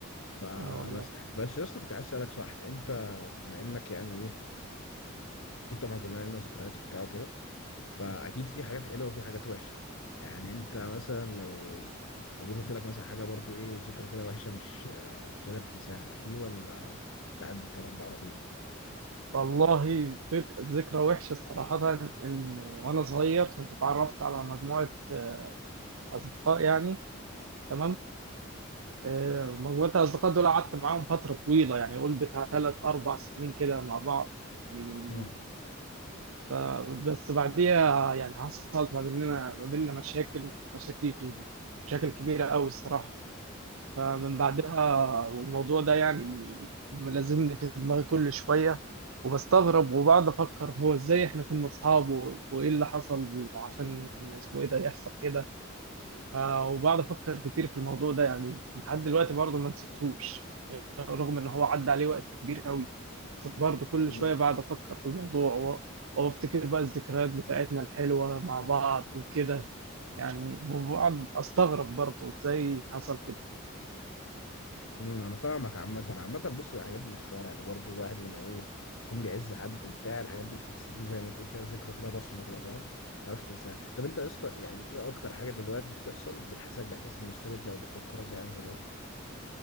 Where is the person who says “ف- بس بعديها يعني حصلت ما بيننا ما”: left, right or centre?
Right